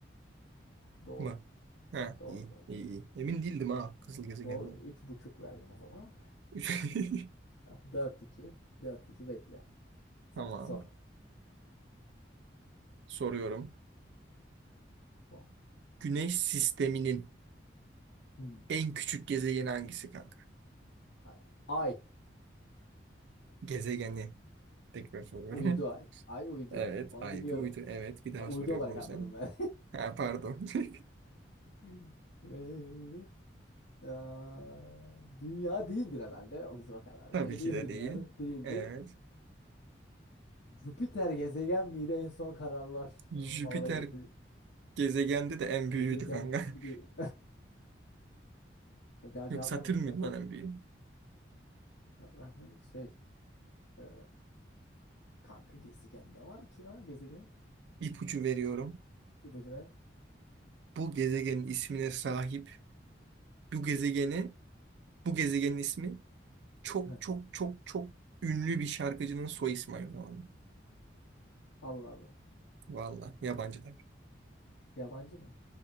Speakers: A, on the left; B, on the right.
A: Doğru.
B: mı? Ha,
A: Doğru
B: iyi,
A: doğru.
B: iyi, iyi. Emin değildim ha kızıl gezegenden.
A: Doğru. Üç buçuk verdim o zaman.
B: <laughs>
A: <laughs> Dört iki. Dört iki. bekle. Sen
B: Tamam.
A: sor.
B: Soruyorum.
A: Sor.
B: Güneş sisteminin
A: Hmm.
B: en küçük gezegeni hangisi kanka?
A: Ay. Ay.
B: Gezegeni. Tekrar soruyorum.
A: Uydu ay.
B: <laughs>
A: Ay uydu.
B: Evet,
A: Onu
B: ay
A: biliyorum.
B: bir uydu. Evet, bir daha
A: Uydu
B: soruyorum
A: olarak
B: o yüzden.
A: anladım ben.
B: Ha, pardon. <laughs>
A: <laughs> Ee, Ya, Dünya değildir herhalde. O yüzden o kadar
B: Tabii
A: şey
B: ki
A: değildir
B: de değil.
A: yani. Değildir.
B: Evet.
A: Jüpiter gezegen miydi en son kararlaştırılmalara
B: Jüpiter
A: göre?
B: gezegende de en
A: Gezegen
B: büyüğüydü kanka. <laughs>
A: değil. <laughs> Daha
B: Yok
A: cevap
B: Satürn
A: vermedim
B: müydü
A: zaten.
B: lan en büyüğü?
A: Cevap vermedim. Şey. e, kanka gezegen ne var ki lan gezegen?
B: İpucu
A: E,
B: veriyorum.
A: ipucu ver.
B: Bu gezegenin ismine sahip bu gezegeni, bu gezegenin ismi çok
A: Heh,
B: çok çok çok ünlü bir şarkıcının soy ismi aynı zamanda.
A: Allah Allah.
B: Valla yabancı tabii.
A: Yabancı mı?